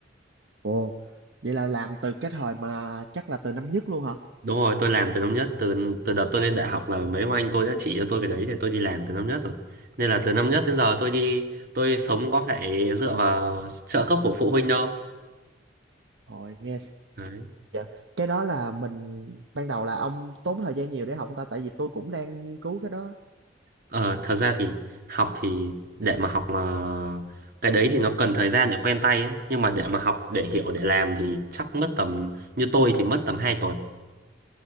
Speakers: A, on the right (about 70°); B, on the right (about 55°).
A: ồ vậy là làm từ cái thời mà chắc là từ năm nhất luôn hả
B: Đúng rồi, tôi làm từ năm nhất, từ từ đợt tôi lên đại học là mấy ông anh tôi đã chỉ cho tôi cái đấy thì tôi đi làm từ năm nhất rồi. Nên là từ năm nhất đến giờ tôi đi tôi sống có phải dựa vào trợ cấp của phụ huynh đâu.
A: hồi nghe
B: Đấy.
A: dạ. cái đó là mình ban đầu là ông tốn thời gian nhiều để học không ta tại vì tôi cũng đang nghiên cứu cái đó
B: Ờ, thật ra thì học thì để mà học mà cái đấy thì nó cần thời gian để quen tay ấy. Nhưng mà để mà học để hiểu để làm thì chắc mất tầm như tôi thì mất tầm hai tuần.